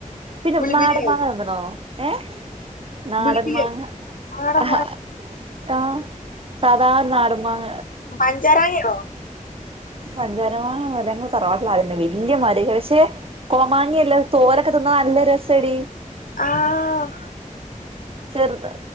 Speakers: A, on the right; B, on the left.
A: പിന്നെ
B: ബിളിബിളിയായി
A: നാടൻമാങ്ങാ തിന്ന്ണോ? ഏഹ് നാടൻ
B: ബിളിബിളിയായി
A: മാങ്ങാ
B: ആട
A: ആഹാ
B: മാ
A: ആഹ് സാധാ നാടൻ മാങ്ങ
B: പഞ്ചാര മാങ്ങ ആണോ?
A: പഞ്ചാരമാങ്ങാ മരം ഞങ്ങളെ തറവാട്ടിൽ ആദ്യം ഇണ്ടായിനി വെല്ല്യ മരം എയ്ക്കാരം പക്ഷേ കോമാങ്ങ അല്ല തോലൊക്കെ തിന്നാൻ നല്ല രസാ എടി.
B: ആഹ്
A: ചെറുത്